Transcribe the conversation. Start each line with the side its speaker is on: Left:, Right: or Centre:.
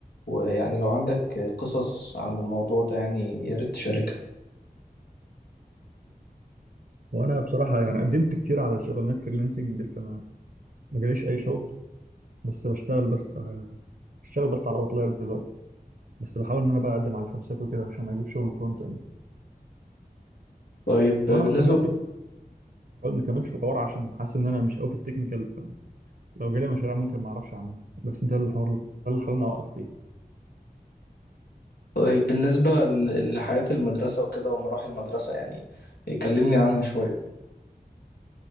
Left: ويعني لو عندك قصص عن الموضوع ده يعني يا ريت تشاركها
Right: وانا بصراحه يعني قدمت كتير على شغلانات فريلانسنج لسه ما ما جاليش اي شغل بس بشتغل بس ع- بشتغل بس على اوتلاير دلوقتي بس بحاول ان انا بقى اقدم على خمسات وكده عشان اجيب شغل فرونت اند
Left: طيب بالنسبة
Right: هو انا ما كملتش ما كملتش في الحوار عشان حاسس ان انا مش قوي في التكنيكال فلو جالي مشاريع ممكن ما اعرفش اعملها بس ده الحوار ده اللي خلاني اوقف فيه
Left: طيب بالنسبة ل- لحياة المدرسة وكده ومراحل المدرسة يعني يكلمني عنها شوية